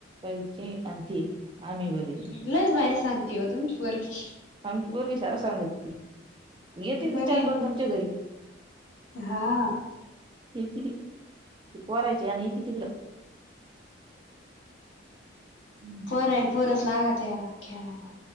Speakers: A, on the right; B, on the left.
A: तीचे अन ते आम्ही भले
B: लई ज भारी सांगते हो तुमची पोरगी
A: आमची पोरगी सार सांगत ती येेते ना
B: बरं
A: तेि चक्राला
B: आहे मग
A: तुमच्या घरी.
B: हा
A: येती ती पोरायचे आण येती तिकडं. हम्म.
B: पोरान न पोरच लागत्या खेळायला